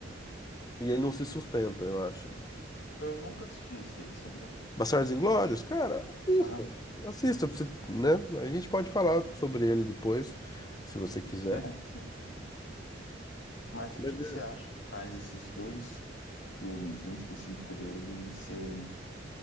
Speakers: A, on the left; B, on the left.
A: e ele não se sustenta, eu acho.
B: Eu nunca assisti esse aí, sabia?
A: Bastardos Inglórios? Cara, assista.
B: Aham,
A: Assista, pra você, né? A gente pode falar sobre ele depois, se você quiser.
B: <laughs> sim. Mas
A: Mas
B: o que que
A: é.
B: você acha que faz esses dois filmes, em específico dele, serem